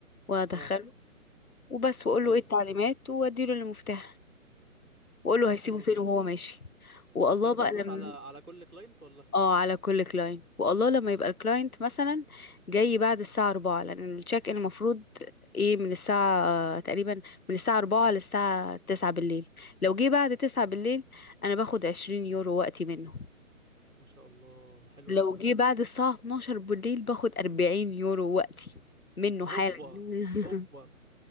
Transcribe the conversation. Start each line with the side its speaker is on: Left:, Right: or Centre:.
Left: وادخله
Right: اه
Left: وبس واقول
Right: ايوه
Left: له ايه التعليمات واديله المفتاح واقول
Right: طب
Left: له
Right: ده
Left: هيسيبه
Right: حلو
Left: فين
Right: جدا
Left: وهو ماشي والله
Right: وبتاخدي
Left: بقى
Right: فلوس
Left: لما
Right: على على كل كلاينت ولا
Left: اه على كل كلاينت والله لما
Right: طب
Left: يبقى الكلاينت مثلا جاي بعد الساعة 4 لأن التشيك ان المفروض ايه من الساعة آه، تقريبا من الساعة 4 للساعة 9 بالليل لو جه بعد 9 بالليل انا باخد 20 يورو وقتي منه
Right: ما شاء الله ده حلو
Left: لو
Right: قوي ده
Left: جه بعد الساعة 12 بالليل باخد 40 يورو وقتي منه
Right: هوبا
Left: حالا <laughs>
Right: هوبا